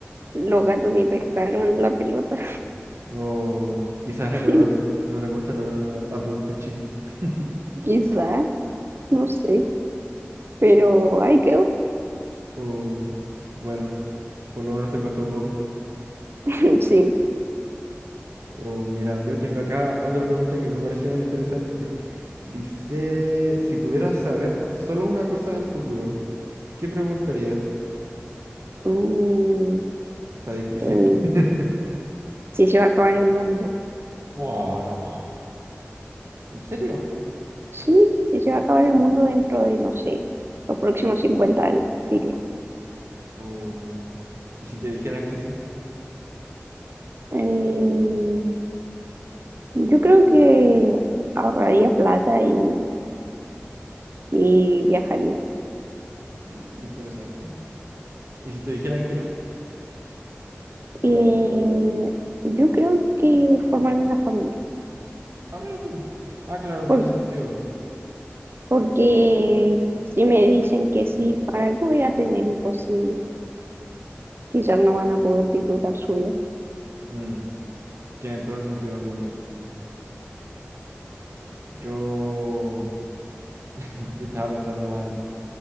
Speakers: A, on the right; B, on the right.
A: Los gatos ni pescaron la pelota,
B: O quizás
A: <laughs>
B: el olor. No les gusta el olor a, a productos chinos. <laughs>
A: quizá, no sé, pero ahí quedó.
B: O bueno, por lo menos te costó poco.
A: <laughs> Sí.
B: O mira, yo tengo acá otra pregunta que me pareció bien interesante. Dice, si pudieras saber solo una cosa del futuro, ¿Qué preguntarías?
A: Mm,
B: Está difícil.
A: eh,
B: <laughs>
A: sí se va a acabar el mundo.
B: Oh, no. ¿En serio?
A: Sí, sí se va a acabar el mundo dentro de, no sé, los próximos cincuenta años, diría.
B: Oh, ¿Y si te dijeran que sí?
A: Eh, yo creo que ahorraría plata y, y viajaría.
B: Mm, interesante. ¿Y si te dijeran que no?
A: Eh, yo creo que formarme una familia,
B: Ah, mira tú. Ah, claro,
A: por-
B: tiene sentido. po.
A: porque si me dicen que sí, ¿para qué voy a tener hijos si quizás no van a poder disfrutar su vida.
B: Mm, tiene todo el sentido del mundo. Yo... <laughs> Yo estaba pensando más en,